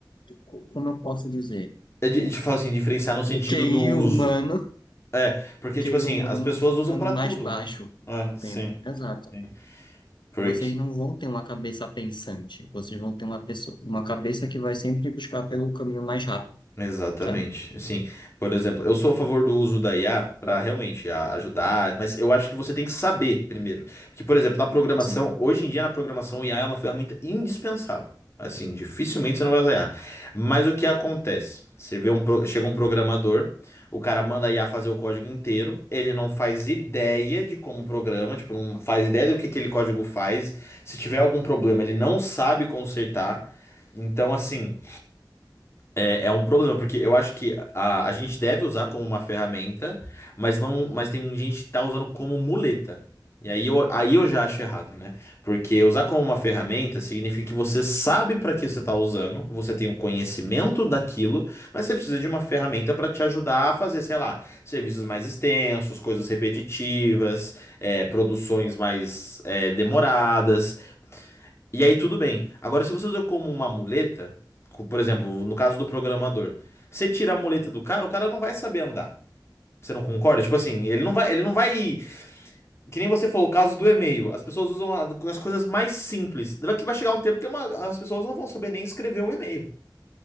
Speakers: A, on the left (about 80°); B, on the left (about 35°).
A: co- como eu posso dizer,
B: Eu, di- eu te falo assim, diferenciar no sentido
A: o QI
B: do uso.
A: humano,
B: É, porque,
A: o QI
B: tipo assim,
A: humano
B: as pessoas
A: ficando
B: usam pra
A: mais
B: tudo,
A: baixo
B: né? É,
A: com o
B: sim.
A: tempo. Exato.
B: sim. Porque
A: Vocês não vão ter uma cabeça pensante, vocês vão ter uma pessoa, uma cabeça que vai sempre buscar pelo caminho mais rápido,
B: Exatamente.
A: sabe?
B: Assim, por exemplo, eu sou a favor do uso da IA para realmente a- ajudar, mas eu acho que você tem que saber primeiro. Porque, por exemplo, na programação,
A: Sim.
B: hoje em dia na programação, o IA é uma ferramenta indispensável. Assim, dificilmente você não vai usar IA. Mas o que acontece? Você vê um, pro- chega um programador, o cara manda a IA fazer o código inteiro, ele não faz ideia de como programa, tipo, não faz ideia do que aquele código faz. Se tiver algum problema, ele não sabe consertar. Então, assim. É, é um problema, porque eu acho que a, a gente deve usar como uma ferramenta, mas não, mas tem um gente que tá usando como muleta. E aí eu, aí eu já acho errado, né? Porque usar como uma ferramenta significa que você sabe para que você tá usando, você tem o conhecimento daquilo, mas você precisa de uma ferramenta para te ajudar a fazer, sei lá, serviços mais extensos, coisas repetitivas, é, produções mais é, demoradas. E aí tudo bem. Agora, se você usa como uma muleta, co- por exemplo, no caso do programador, você tira a muleta do cara, o cara não vai saber andar. Você não concorda? Tipo assim, ele não vai, ele não vai. Que nem você falou, o caso do e-mail. As pessoas usam a- as coisas mais simples. Vai que vai chegar um tempo que é uma- as pessoas não vão saber nem escrever um e-mail.